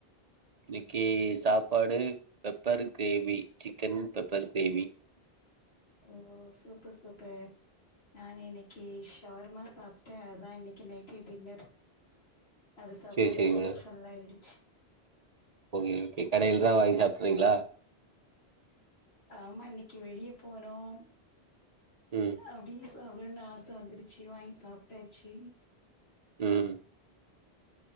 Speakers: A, on the right; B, on the left.
A: இன்னிக்கி சாப்பாடு pepper gravy chicken pepper gravy
B: ஓ சூப்பர் சூப்பர் நா இன்னிக் கீ ஷவர்மா சாப்ட்டே அதா இன்னக்கி நைட்டு டின்னர் அது சாப்டதே
A: சேரி சேரிங்க
B: வயிறு
A: மேடம்
B: ஃபுல்லாயிடு
A: ஓகே ஓகே கடைலதா வாங்கி சாப்ட்றிங்ளா
B: ஆமா இன்னக்கி வெளிய போனோம்
A: ம்
B: அப்டிங்ளா போடுன் ஆச வந்துருச்சி வாங்கி சாப்ட்டாச்சி
A: ம்